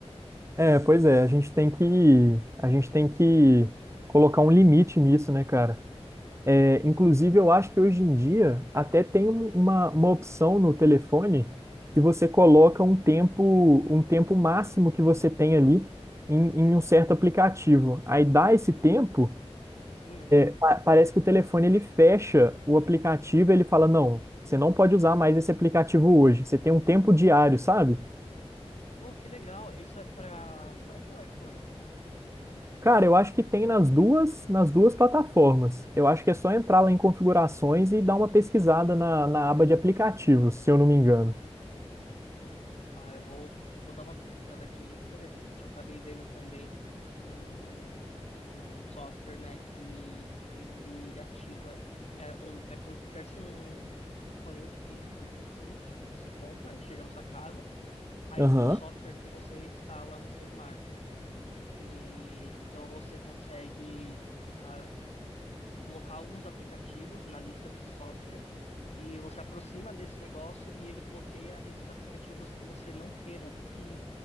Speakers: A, on the right; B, on the left.
A: É, pois é, a gente tem que a gente tem que colocar um limite nisso, né, cara? É, inclusive, eu acho que hoje em dia até tem um- uma, uma opção no telefone que você coloca um tempo, um tempo máximo que você tem ali em, em um certo aplicativo. Aí dá esse tempo,
B: Hum.
A: pa- parece que o telefone ele fecha o aplicativo, ele fala: "Não, você não pode usar mais esse aplicativo hoje. Você tem um tempo diário, sabe?"
B: Pô, que legal. Isso é para Android ou iPhone?
A: Cara, eu acho que tem nas duas, nas duas plataformas. Eu acho que é só entrar lá em configurações e dar uma pesquisada na, na aba de aplicativos, se eu não me engano.
B: Ah, eu vou, vou dar uma pesquisada aqui, muito interessante. Eu acabei vendo também um, um software, né, que ele ativa, é, um, é como se tivesse um componente físico, assim, que tipo, você compra e chega na sua casa, aí
A: Aham,
B: tem um software que você instala no celular. E, então você consegue ah, colocar alguns aplicativos na lista desse software e você aproxima desse negócio e ele bloqueia esses aplicativos que você não queira que